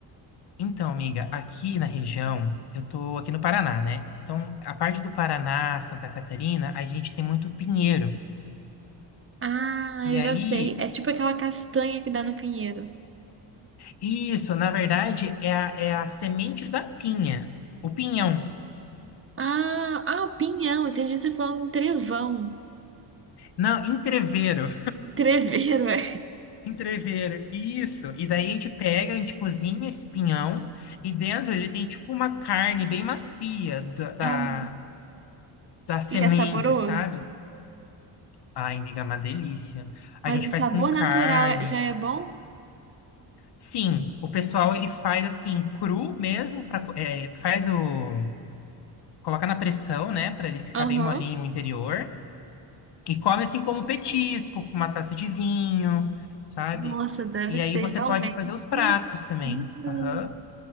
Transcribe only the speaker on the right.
Ah,
eu
já sei. É tipo aquela castanha que dá no pinheiro.
Ah, ah, pinhão. Entendi você falando trevão.
Treveiro, <laughs> é.
Ah,
e é saboroso?
Mas
o
sabor
natural é- já é bom?
Aham.
Nossa, deve
ser
realmente.
Hum,